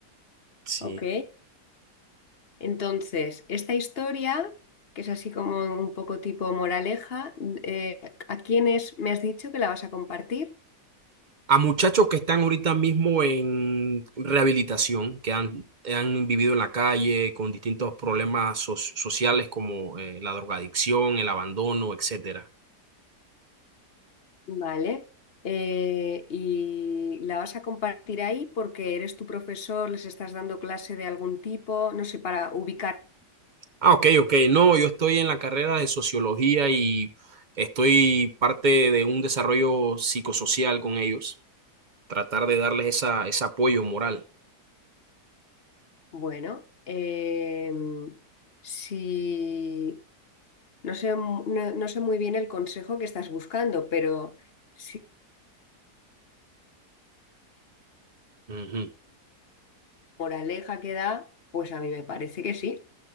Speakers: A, on the right; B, on the left.
A: Sí.
B: Ok, entonces, esta historia, que es así como un poco tipo moraleja, mm, eh, ¿a quiénes me has dicho que la vas a compartir?
A: A muchachos que están ahorita mismo en rehabilitación, que han, han vivido en la calle con distintos problemas so- sociales como eh, la drogadicción, el abandono, etcétera.
B: Vale, eh, y la vas a compartir ahí porque eres tu profesor, les estás dando clase de algún tipo, no sé, para ubicar.
A: Ah, ok, ok. No, yo estoy en la carrera de sociología y estoy parte de un desarrollo psicosocial con ellos, tratar de darles esa, ese apoyo moral.
B: Bueno, eh, si No sé, mu- no, no sé muy bien el consejo que estás buscando, pero si
A: Ujú.
B: moraleja que da, pues a mí me parece que sí.